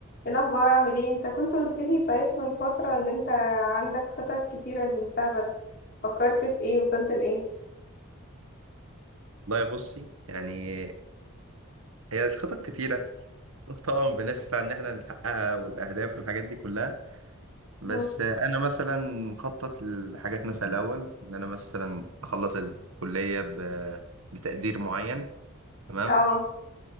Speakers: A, on the left; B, on the right.
A: ايه الاخبار عامل ايه انت كنت قلت لي صحيح من فترة ان انت عندك خطط كتيرة للمستقبل فكرت في ايه وصلت لايه
B: والله بصي يعني هي الخطط كتيرة <laughs> طبعا بنسعى إن احنا نحققها والأهداف والحاجات دي كلها بس
A: مم.
B: أنا مثلا مخطط لحاجات مثلا الأول إن أنا مثلا أخلص الكلية ب... بتقدير معين تمام
A: اه